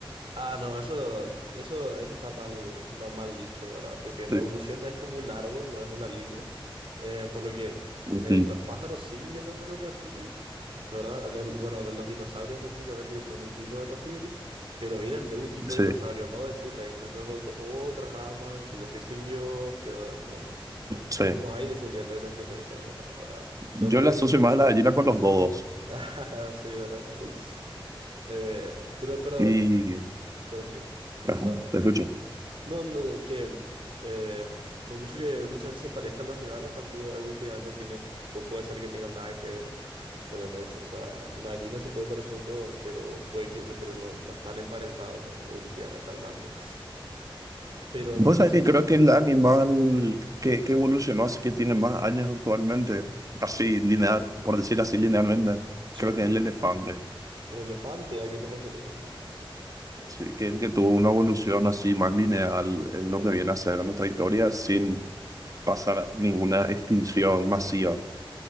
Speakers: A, on the right; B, on the right.
A: Ah, no, eso, eso, eso está mal, ma- mal, dicho, ¿verdad? Porque la
B: Sí,
A: evolución es como un árbol, no es una línea. Eh, por lo que
B: sí,
A: eh, los pájaros sí vienen de los reptiles, ¿verdad? Del, bueno, de los dinosaurios específicamente, que son un tipo de reptil, pero vienen de un tipo
B: sí.
A: de dinosaurio, no del T-Rex. Eso es ot- otra rama que ya se extinguió, pero no, no, no,
B: sí.
A: no hay descendientes de los T-Rex ahora, ¿verdad?
B: Yo
A: Solo hay...
B: la asocio
A: <laughs>
B: más a la gallina con los dodos.
A: Ah, Sí, ¿verdad? <laughs> Eh, pero, pero,
B: Y...
A: pero sí.
B: Ajá,
A: O sea.
B: te escucho.
A: No, no, es que eh, por mucho que muchas veces se parezcan los animales, tampoco evolutivamente tienen, pu- puede ser que tengan nada que ver, ¿entendés? O sea, una gallina se puede parecer a un dodo, pero puede que, pero no, no están emparentados eh, evolutivamente hablando. Pero
B: Vos
A: en cuanto
B: sabés
A: a similitudes,
B: que creo que el animal que, que evolucionó, así que tiene más años actualmente, así lineal, por decir así linealmente,
A: sí.
B: creo que es el elefante,
A: El elefante, ¿a qué te referís? Jonas?
B: sí, que, que tuvo una evolución así más lineal en lo que viene a ser nuestra historia sin pasar ninguna extinción masiva.